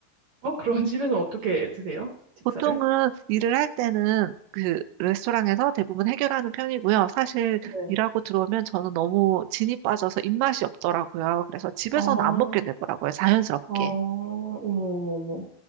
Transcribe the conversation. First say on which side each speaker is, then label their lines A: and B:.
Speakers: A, on the right; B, on the right.
A: 어, 그런 집에는 어떻게 드세요? 식사를?
B: 보통은 일을 할 때는 그 레스토랑에서 대부분 해결하는 편이고요. 사실
A: 네.
B: 일하고 들어오면 저는 너무 진이 빠져서 입맛이 없더라고요. 그래서 집에서는
A: 아, 어,
B: 안 먹게 되더라고요. 자연스럽게.
A: 어머, 어머, 어머.